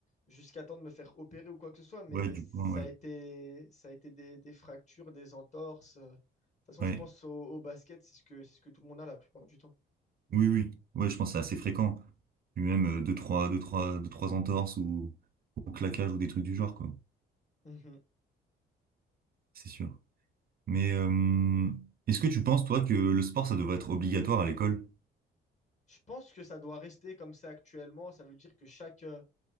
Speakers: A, on the left; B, on the right.
A: jusqu'à temps de me faire opérer ou quoi que ce soit, mais
B: Ouais, du
A: ça
B: coup, ouais.
A: a été, ça a été des, des fractures, des entorses. euh. De toute façon,
B: Ouais.
A: je pense au, au basket, c'est ce que, c'est ce que tout le monde a la plupart du temps.
B: Oui, oui, ouais, je pense que c'est assez fréquent. Puis même euh, deux, trois, deux, trois, deux, trois entorses ou, ou claquages ou des trucs du genre, quoi.
A: Mhm.
B: C'est sûr. Mais euh, est-ce que tu penses, toi, que le sport, ça devrait être obligatoire à l'école?
A: Je pense que ça doit rester comme ça actuellement. Ça veut dire que chaque, euh,